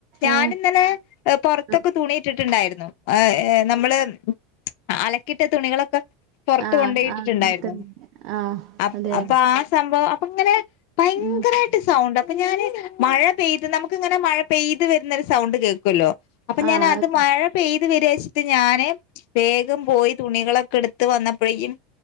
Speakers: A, on the left (about 65°); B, on the right (about 60°).
A: ഞാാനിന്നലെ
B: ആഹ്
A: പൊറത്തൊക്കെ
B: ആഹ്
A: തുണി ട്ട്ട്ടുണ്ടായിരുന്നു ആ നമ്മള് അലക്കിട്ട തുണികളൊക്കെ പുറത്ത്
B: ആഹ്
A: കൊണ്ട പോയിട്ടിട്ടുണ്ടായിരുന്നു
B: ആഹ് പുറത്തുണ്ട് ആഹ്
A: അ
B: അതെയ
A: അപ്പൊ ആ സംഭവം അപ്പ ഇങ്ങനെ ഭയങ്കരമായിട്ട്
B: ഉം
A: സൗണ്ട് അപ്പൊ ഞാന് മഴ പെയ്ത് നമുക്ക് ഇങ്ങനെ മഴ പെയ്ത് വരുന്നരു സൗണ്ട് കേൾക്കുമല്ലോ അപ്പൊ
B: ആഹ്
A: ഞാൻ അത് മഴ പെയ്തു വരക വെച്ചിട്ട് ഞാന് വേഗം പോയി തുണികളൊക്കെ എടുത്ത് വന്നപ്പോഴേും